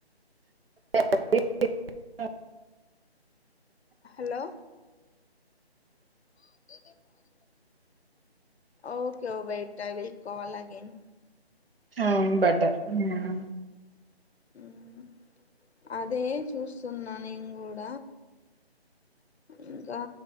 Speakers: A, on the right (about 60°); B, on the left (about 75°).
A: <inaudible>
B: హలో! ఆ అప్డేటే కాలేదండి. ఓకే ఒ wait I will call again
A: um butter మ్
B: మ్ అదే చూస్తున్నా నేన్గూడ ఇంకా